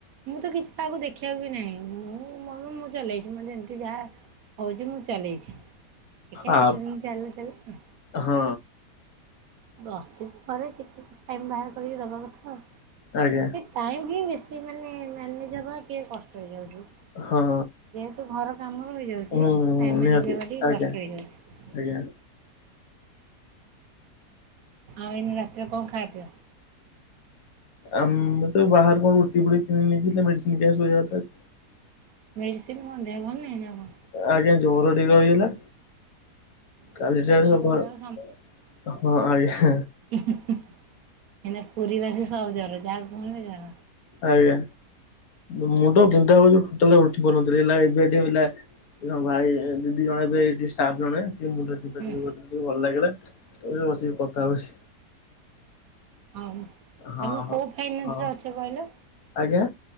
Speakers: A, on the right; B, on the left.
A: ମୁଁ ତ କିଛି କାହାକୁ ଦେଖିବାକୁ ବି ନାହିଁ ମୁଁ ମ ମୁଁ ଚଲେଇଛି ମତେ ଯେମିତି ଯାହା ହଉଛି ମୁଁ ଚଲେଇଛି ଦେଖିବା
B: ଆ
A: ଯେତେ ଦିନ ଚାଲିବ ଚାଲୁ।
B: ହଁ।
A: ବସିଛି ତ ଘରେ କିଛି ଟାଇମ୍ ବାହାର କରିକି ଦେବା କଥା।
B: ଆଜ୍ଞା।
A: କାଇଁକି ମିଶି ମାନେ ମ୍ୟାନେଜ ହେବା କିଏ କଷ୍ଟ ହେଇଯାଉଛି।
B: ହଁ।
A: ଯେହେତୁ ଘର କାମ ରହି ଯାଉଛି
B: ହୁଁ ହୁଁ
A: ମ୍ୟାନେଜ
B: ନିହାତି
A: ହବା ଟିକେ
B: ଆଜ୍ଞା
A: କଷ୍ଟ ହେଇଯାଉଛି।
B: ଆଜ୍ଞା।
A: ଆଉ ଏଇନେ ରାତିରେ କଣ ଖାଇବା ପିଇବା?
B: ଆମେ ତ ବାହାରେ କଣ ରୁଟି ଫୁଟି କିିନି ନେଇକି ମେଡିସିନ ଖାଇ ଶୋଇବା କଥା।
A: ମେଡ଼ିସିନ କଣ ଦେହଭଲ ନାହିଁ ନାଁ କଣ?
B: ଆଜ୍ଞା ଜର ଟିକେ ରହିଗଲା।
A: କହିଲି
B: କାଲି ସାର
A: ଜଗନ୍ନାଥଙ୍କୁ
B: ସଖାଳ
A: ଜର
B: ହଁ ଆଜ୍ଞା।
A: ଏଇନେ ପୁରୀ ବାସୀ ସବୁ ଜର ଯାହାକୁ ଶୁଣିଲେ ଜର।
B: ଆଜ୍ଞା ମୁଣ୍ଡ ବିନ୍ଧା ହଉଛି ଟୋଟାଲ ଉ ବୁଲୁନଥିଲି ହେଲା ଏବେ ଟିକେ ହେଲା ଭାଇ ଦିଦି ଜଣେ ଏବେଷ୍ଟାପ ଜଣେ ସେ ମୁଣ୍ଡରେ ଯିବା
A: ହୁଁ
B: ଯି ଟିକେ ଭଲ ଲାଗିଲା ବସିକି କଥା ହଉଛି।
A: ହଁ
B: ହଁ
A: ତମେ
B: ହଁ।
A: କଉ ଫାଇନାନ୍ସ
B: ହଁ
A: ରେ ଅଛ କହିଲ?
B: ଆଜ୍ଞା